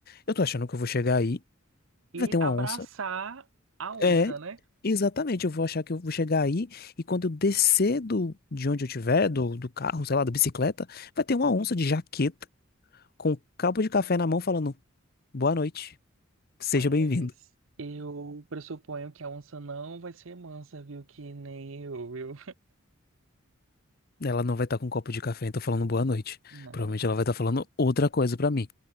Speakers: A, on the left; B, on the right.
A: eu tô achando que eu vou chegar aí,
B: e
A: vai ter uma
B: abraçar
A: onça.
B: a onça,
A: É,
B: né?
A: exatamente, eu vou achar que eu vou chegar aí e quando eu descer do, de onde eu tiver, do, do carro, sei lá, da bicicleta, vai ter uma onça de jaqueta com um copo de café na mão falando boa noite, seja
B: Mas
A: bem-vindo.
B: eu pressuponho que a onça não vai ser mansa, viu? Que nem eu, viu?
A: Ela não vai estar com um copo de café, então falando boa noite.
B: Não.
A: Provavelmente ela vai estar falando outra coisa pra mim.